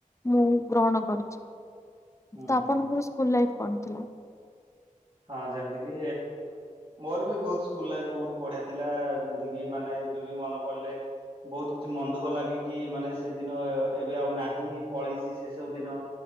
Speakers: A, on the left; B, on the right.
A: ମୁଁ ଗ୍ରହଣ କରି।
B: ହୁଁ
A: ତ ଆପ
B: ହୁଁ।
A: କୁଲ୍‌ ଲାଇଫ୍ କ'ଣ ଥିଲା?
B: ହଁ, ଯେମ୍ତିକିି ମୋର ବି ବହୁତ୍ ସ୍କୁଲ ଲାଇଫ୍ ବହୁତ୍ ବଢ଼ିଆ ଥିଲା, ଯେମ୍ତି କି ମାନେ ଏବେ ବି ମନେ ପ---ଲେ ବହୁ କିଛି ମନ୍‌ ଦୁଃଖ ଲାଗେ କି, ମାନେ ସେ ଦିନ ଏବେ ଆଉ ନାହିଁ ପଳେଇଚି ସେ ସବୁ ଦିନ।